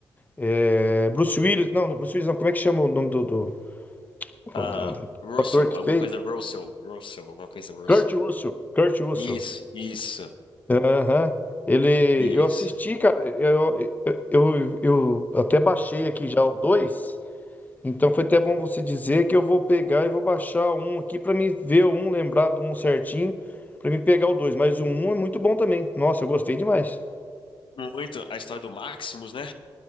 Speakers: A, on the left; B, on the left.
A: é, Bruce Willis. Não, não, Bruce Willis não. Como é que chama o nome do, do, o
B: Ah, Russell,
A: ator que
B: alguma
A: fez?
B: coisa Russell. Russell, alguma coisa Russell.
A: Kurt Russell. Kurt Russell.
B: Isso, isso,
A: Aham. Ele,
B: isso.
A: eu assisti, cara. Eu, eu, eu até baixei aqui já o 2. Então foi até bom você dizer que eu vou pegar e vou baixar um aqui pra me ver o um, lembrar do um certinho, pra me pegar o dois. Mas o um é muito bom também. Nossa, eu gostei demais.
B: Muito. A história do Maximus, né?